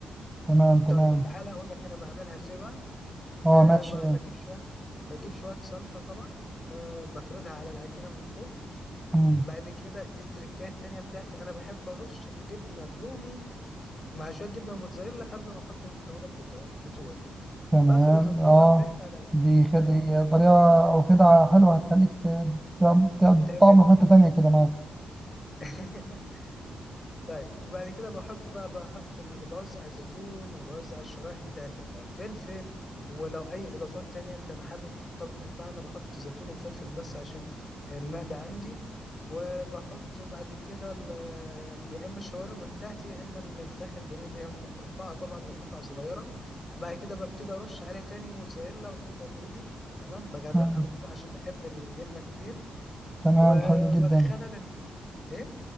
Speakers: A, in the centre; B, on the left (about 35°).
A: تمام تمام
B: طيب تعالى اقول لك انا بعملها ازاي بقى
A: اه
B: أه
A: ماشي
B: ب- بجيب شويه بجيب شويه صلصه طبعا أه بفردها على العجينه من فوق
A: مم.
B: بعد كده دي التركات التانية بتاعتي انا بحب ارش الجبنه الرومي مع شويه جبنه الموتزاريلا قبل ما احط المكونات بتوع بتوعي
A: تمام
B: بفرد الطبقه
A: اه
B: بتاعتي على ال-
A: دي خد
B: مم.
A: دي طريقه او خدعه حلوه هتخليك ت- تعم- تعد-
B: تمام
A: طعم في حته تانيه كده معاك
B: <laughs> طيب وبعد كده بحط بقى بحط ال... بوزع الزيتون وبوزع الشرايح بتاعة ال- الفلفل ولو أي إضافات تانية أنت حابب تحطها بتحطها أنا بحط زيتون وفلفل بس عشان المعدة عندي وبحط بعد كده ال... يا إما الشاورما بتاعتي يا إما الفراخ البانيه اللي هي مقطعة طبعا لقطع صغيرة بعد كده ببتدي أرش عليها تاني موتزاريلا وجبنة الرومي تمام بغرقها
A: مم.
B: من فوق عشان بحب الجبنة كتير
A: تمام
B: وبدخلها
A: حلو جدا
B: لل إيه؟